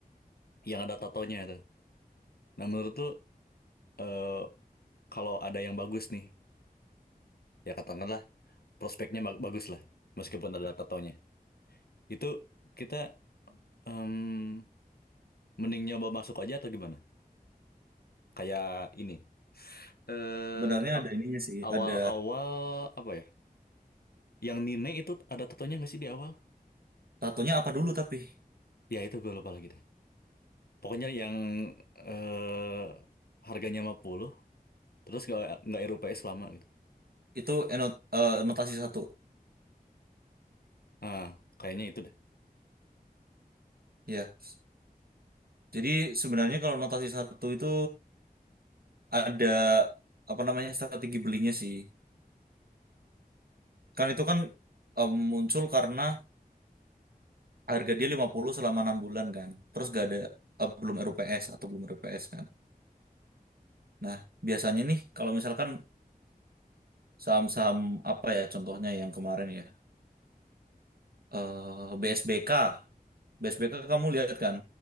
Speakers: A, on the left; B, on the right.
A: yang ada tatonya itu. Nah, menurut lu eh, kalau ada yang bagus nih, ya katakanlah prospeknya ba- bagus lah, meskipun ada tatonya. Itu kita em, mending nyoba masuk aja atau gimana? Kayak ini. Eh,
B: Sebenarnya ada ininya sih,
A: awal-awal
B: ada
A: apa ya? Yang Nine itu ada tatonya nggak sih di awal?
B: tatonya apa dulu tapi
A: Ya itu gue lupa lagi deh. Pokoknya yang eh harganya 50, terus nggak nggak RUPS lama gitu.
B: itu enot, eh, notasi satu.
A: Ah, kayaknya itu deh.
B: Ya. Jadi sebenarnya kalau notasi satu itu ada apa namanya strategi belinya sih. Kan itu kan em, muncul karena harga dia 50 selama enam bulan kan. Terus gak ada eh, belum RUPS atau belum RUPS kan. Nah, biasanya nih kalau misalkan saham-saham apa ya contohnya yang kemarin ya. eh BSBK. BSBK kamu lihat kan.